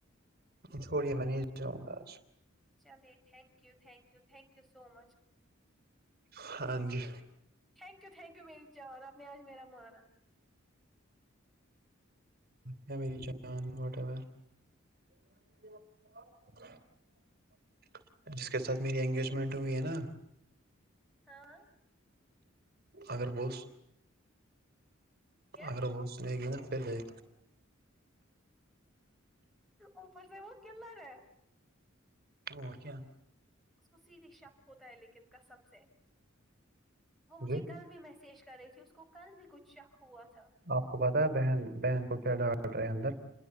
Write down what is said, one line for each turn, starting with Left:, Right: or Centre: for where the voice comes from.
Right: چھوڑیے میں نہیں جاؤں گا آج
Centre: چلے thank you thank you thank you so much
Right: ہاں جی
Centre: تھینک یو تھینک یو مری جان آپ نے آج میرا مانا
Right: اے میری جان واٹ آور <unintelligible> جس کے ساتھ میری انگیجمنٹ ہوئی ہے نا
Centre: کہاں
Right: اگر وہ اس
Centre: کیا
Right: اگر وہ سنے گی نا پھر دیکھ
Centre: اوپر سے وہ کلرر ہے
Right: اور کیا
Centre: اس کو سیدھے شک ہوتا ہے لیکن قسم سے وہ مجھے
Right: جی
Centre: کل بھی میسج کر رہی تھی اس کو کل بھی کچھ شک ہوا تھا
Right: اپ کو پتا ہے بہن بہن کو کیا ڈانٹ رہا ہے اندر